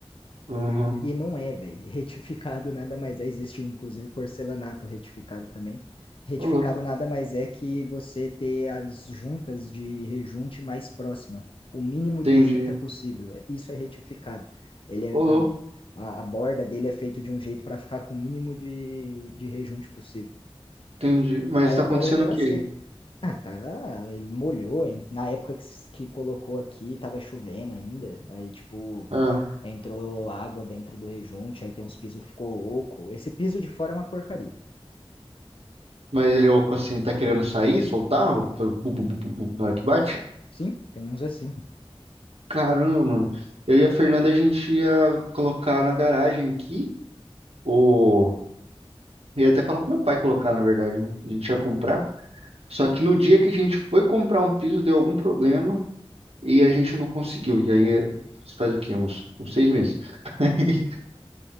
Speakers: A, on the right (about 75°); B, on the left (about 60°).
A: Uhum.
B: E não é, velho. <laughs> Retificado nada mais é. Existe, inclusive, porcelanato retificado também. Retificado
A: Ô, louco.
B: nada mais é que você ter as juntas de rejunte mais próxima. O mínimo
A: Entendi.
B: de junta possível. É, Isso é retificado. Ele
A: Ô,
B: é,
A: louco.
B: a, a, a borda dele é feita de um jeito para ficar com o mínimo de, de rejunte possível.
A: Entendi. Mas
B: Aí
A: tá
B: agora
A: acontecendo
B: eu me lasquei.
A: o quê aí?
B: Ah, tá. Ele molhou, hein? Na época que, s- que colocou aqui, tava chovendo ainda. Aí, tipo,
A: Ah,
B: entrou água dentro do rejunte, aí tem uns pisos que ficou oco. Esse piso de fora é uma porcaria.
A: mas ele, ô, assim, tá querendo sair, soltar? Ô, bu- bu- bu- bu- bu- Na hora que bate?
B: Sim, tem uns assim.
A: Caramba, mano. Eu e a Fernanda, a gente ia colocar na garagem aqui, ou ia até falar pro meu pai colocar, na verdade, né? A gente ia comprar. Só que no dia que a gente foi comprar um piso, deu algum problema e a gente não conseguiu. E aí, é- isso faz o quê? Uns, uns seis meses. <laughs>